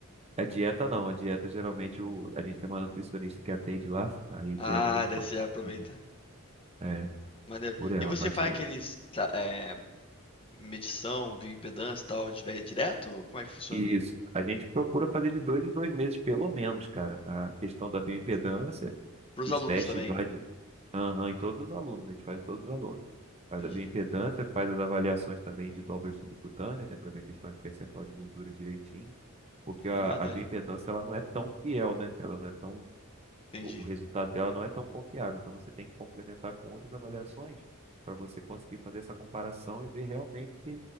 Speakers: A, on the right; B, on the left.
A: A dieta não, a dieta geralmente o, a gente tem uma nutricionista que atende lá, aí a
B: Ah,
A: dieta a gente
B: daí
A: faz.
B: você já aproveita.
A: uhum, É,
B: Maneiro.
A: por ela,
B: E você
A: mas
B: faz
A: o.
B: aqueles. tá, é, medição, bioimpedância e tal, dire- direto? Como é que funciona?
A: Isso. A gente procura fazer de dois em dois meses, pelo menos, cara. A questão da bioimpedância,
B: Pros
A: dos
B: alunos
A: testes
B: também.
A: lá de. Aham, em todos os alunos, a gente faz em todos os alunos. Faz
B: Entendi.
A: a bioimpedância, faz as avaliações também de dobras subcutâneas, né, para ver a questão de percentual de gordura direitinho. porque a,
B: Maneiro.
A: a bioimpedância ela não é tão fiel, né? Ela não é tão,
B: Entendi.
A: o o resultado dela não é tão confiável. Então você tem que complementar com outras avaliações para você conseguir fazer essa comparação e ver realmente se,